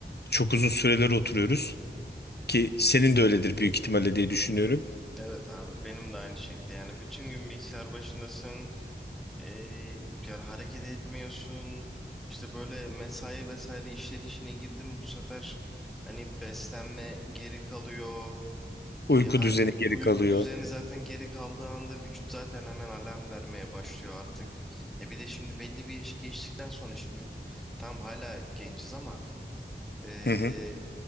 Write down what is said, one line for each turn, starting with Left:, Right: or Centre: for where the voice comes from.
Left: çok uzun süreler oturuyoruz ki senin de öyledir büyük ihtimalle diye düşünüyorum.
Centre: Evet abi benim de aynı şekilde yani bütün gün bilgisayar başındasın. E, yani hareket etmiyorsun. İşte böyle mesai vesaire işleri içine girdim bu sefer hani beslenme geri kalıyor.
Left: Uyku
Centre: E, har-
Left: düzeni geri
Centre: uyku
Left: kalıyor.
Centre: düzeni zaten geri kaldığı anda vücut zaten hemen alarm vermeye başlıyor artık. E bir de şimdi belli bir yaşı geçtikten sonra şimdi tam hala genciz ama e,
Left: Hı hı.